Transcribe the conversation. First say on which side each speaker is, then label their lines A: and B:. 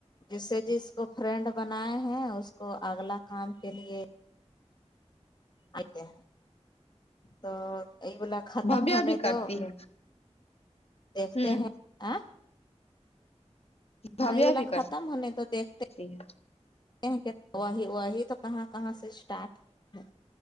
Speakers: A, on the left; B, on the left.
A: جسے جس کو فرینڈ بناائے ہیں اس کو اگلا کام کے لیے ہیں تو یہ گلا ختم
B: بھویا
A: ہونے
B: بھی کرتی
A: تو
B: ہے
A: دیکھتے
B: ہ
A: ہیں اے ہاں
B: بھویا
A: یہ بلا
B: بھی کرتی
A: ختم ہونے تو دیکھتے
B: ہے
A: کہی واہی واہی تو کہاں کہاں سے اسٹارٹ کی ہے